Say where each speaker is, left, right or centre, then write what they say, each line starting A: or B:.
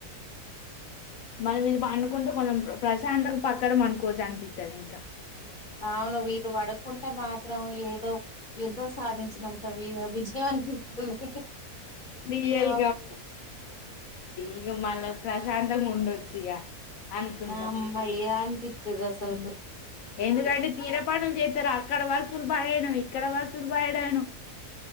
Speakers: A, on the left; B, on the left.
A: మళ్ళీ వీళ్ళు పనుకుంటే కొంచెం ప్ర ప్రశాంతంగా పక్కన పనుకోవచ్చు అనిపిత్తది ఇంక
B: అవును వీళ్ళు పడుకుంటే మాత్రం ఏదో యుద్ధం సాధించినంత వి విజయ్ య అనిపిత్తది.
A: రియల్
B: అవును.
A: ఇగ మళ్ళ ప్రశాంతంగుండొచ్చు ఇగ అనుకుంటాం
B: అమ్మయ్యా అనిపిత్తది అసలుకు
A: మ్ ఎందుకంటే తీర పనులు చేత్తరు అక్కడ వస్తులు పడేయను ఇక్కడ వస్తులు పడేయను.